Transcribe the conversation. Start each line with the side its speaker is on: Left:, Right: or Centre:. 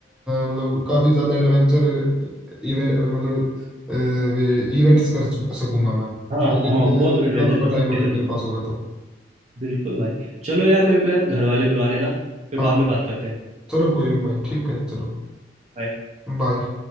Centre: मतलब काफी ज्यादा एडवेंचर मतलब अ, वे इवेंट्स कर सक- सकूंगा मैं
Right: हाँ
Centre: अगर
Right: हाँ
Centre: इतने
Right: बहुत एडवेंचर
Centre: इतना लंबा
Right: कर सकते
Centre: टाइम अगर
Right: हैं फिर
Centre: मेरे पास होगा तो
Right: बिल्कुल भाई चलो यार मेरे को यार घर वाले बुला रहे हैं ना फिर
Centre: हाँ
Right: बाद
Centre: हाँ
Right: में बात
Centre: हाँ।
Right: करते हैं
Centre: चलो कोई नहीं भाई ठीक है चलो
Right: Bye.
Centre: बाय